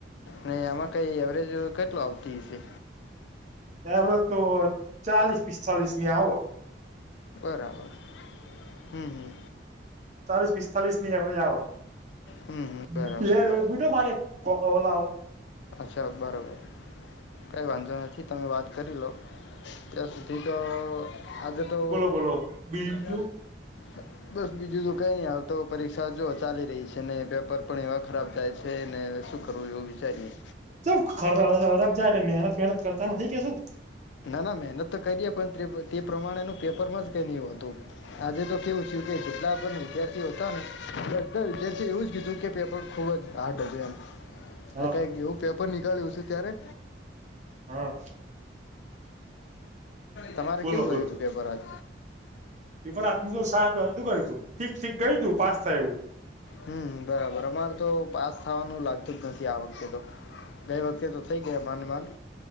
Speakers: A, on the left (about 70°); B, on the right (about 40°).
A: ને એમાં કઈ એવરેજ કેટલું આવતી હશે?
B: એવરેજ તો ચાલીસ પિતાલીસની આવ.
A: બરાબર હમ હમ.
B: ચાલીસ પિસ્તાલીસની એવરેજ આવ. એક
A: હમ હમ બરાબર બરાબર
B: મિનિટ હહ મારે એક કોલ આવ.
A: અચ્છા બરોબર. કઈ વાંધો નથી તમે વાત કરી લો. ત્યાં સુધી તો આગળ તો
B: બોલો બોલો બીજું
A: <inaudible> બસ બીજું તો કાઈ નહી હાલ તો પરીક્ષા જો ચાલી રહી છે ને પેપર પણ એવા ખરાબ જાય છે ને શું કર કરું એવું વિચારીએ.
B: કેમ ખરાબ જાય એટલે મહેનત બહેનત કરતા નથી કે શું?
A: ના ના મહેનત તો કરીએ પણ ર્તે તે પ્રમાણેનું પેપરમાં જ કઈ નહીં હોતું. આજે તો કેવું થયું કે જેટલા પણ વિદ્યાર્થીઓ હતા ને બધ બધાં વિધાર્થીઓ એ એવું જ કીધું કે પેપર ખુબ જ હાર્ડ હતું એમ. એટલે
B: હા
A: કાઈક એવું પેપ પર નીકાળ્યું હશે ત્યારે.
B: હહ
A: તમારે
B: બોલો
A: કેવું ગયું
B: બોલો
A: તું પેપર આજ?
B: પેપર આજનું તો સાધું ગયું તું ઠીક ઠીક ગયુ તું પાસ થાય એવું.
A: હમ બરાબર અમારે તો પાસ થાવાનું લાગતું જ નથી આ વખતે તો. ગઈ વખતે તો થઈ ગયા માંડ માંડ